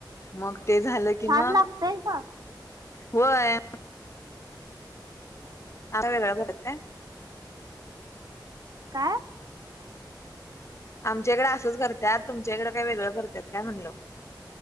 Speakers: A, on the left; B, on the right.
A: मग ते झालं की
B: छान
A: मग
B: लागतय का?
A: होय.
B: बनावट.
A: हार वेगळ झालेत काय?
B: काय.
A: आमच्याकडं असंच करत्यात तुमच्याकडं काही वेगळं करत्यात काय म्हणलं.